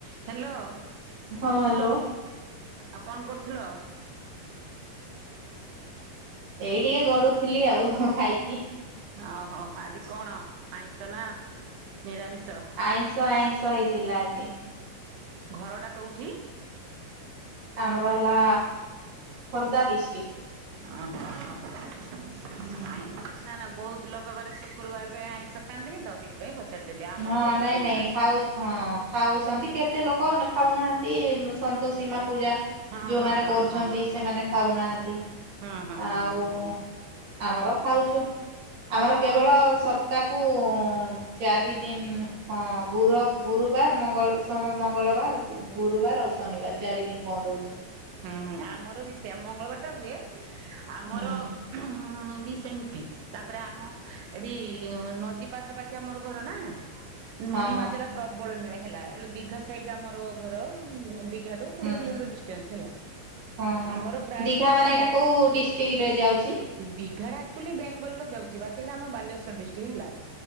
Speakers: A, on the right; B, on the right.
A: Hello.
B: ହଁ hello.
A: ଆଉ କଣ କରୁଥିଲ?
B: ଏଇ ଟିକେ ଗଡୁଥିଲି ଆଉ ଖାଇକି।
A: ଓହୋ ଆଜି କଣ ଆଇଁଷ ନା ନିରାମିଷ?
B: ଆଇଁଷ ଆଇଁଷହ ହେଇଥିଲା ଆଜି।
A: ଘର ଟା କୋଉଠି?
B: ଆମର ହେଲା ଖୋର୍ଦ୍ଧା ଡିସ୍ଟିକ।
A: ଓ ହୋ
B: ହୁଁ
A: ଆଇ ନା ନା ବହୁତ ଲୋକ ଘରେ ଶୁକ୍ରବାରରେ ଆଇଁଷ ଖାଆନ୍ତିନି ତ ସେଇଥିାଇଁ ପଚାରିଦେଲି ଆମର
B: ହଁ
A: ବି ଆଇଁଷ
B: ନାଇଁ
A: ହେଇଥିଲା।
B: ନାଇଁ ଖାଉଛ ହଁ ଖାଉଛନ୍ତି କେତେ ଲୋକ ଖାଉନାହାନ୍ତି ସନ୍ତୋସୀମା ପୂଜା
A: ହଁ
B: ଯୋଉମାନେ
A: ହଁ ହଁ
B: କରୁଛନ୍ତି
A: ହଁ
B: ସେମାନେ ଖାଉନାହାନ୍ତି।
A: ହଁ ହଁ
B: ଆଉ
A: ହଁ
B: ଆମର ଖାଉଛୁ
A: ହଁ
B: ଆମର
A: ହଁ
B: କେବଳ ସ ତାକୁ ଚାରି ଦିନ ହଁ ଗୁରୁ ଗୁରୁବାର ମଙ୍ଗୋ ମଙ୍ଗଳବାର ଗୁରୁବାର ଆଉ ଶନିବାର। ଚାରି ଦିନ ବନ୍ଦ ହେଉଛି।
A: ହୁଁ ହୁଁ ଆମର ବି ସେଇଆ ମଙ୍ଗଳବାର ଟା ହୁଏ ଆମର
B: ହୁଁ
A: ହୁଁ ବି ସେମିତି ତାପରେ ଆମ ଏଠି ନଦୀ ପାଖାପାଖି ଆମର ଘର ନା? ଲୁଣି
B: ହଁ ହଁ
A: ମାଛ ଟା ପ୍ରବଳ ମିଳେ ହେଲା ଦୀଘା ସାଇଟ୍ ଆମର ଘର ଦୀଘା ଏଠୁ କୋଡ଼ିଏ
B: ହୁଁ
A: କିଲୋମିଟର ଡିଷ୍ଟାନ୍ସ। ହେଲା
B: ହଁ ହଁ
A: ଆମର ପ୍ରାୟତଃ
B: ଦିଘା ମାନେ ଏଇଟା କୋଉ ଡିଷ୍ଟ୍ରିକ୍ଟରେ ଯାଉଛି?
A: ଦୀଘାର ଚୁଲି ବେଙ୍ଗଲୁର ଯାଉଛି ବାକି ହେଲା ଆମ ବାଲେଶ୍ୱର ଡିଷ୍ଟ୍ରିକ ହେଲା